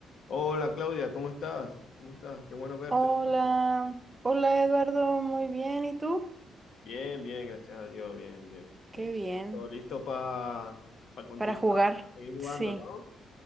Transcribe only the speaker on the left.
Hola Claudia, ¿cómo estás? ¿Cómo estás? Qué bueno verte.
de nuevo.
Bien, bien, gracias a Dios, bien, bien, bien.
Listo, listo para continuar,
para seguir jugando,
¿no?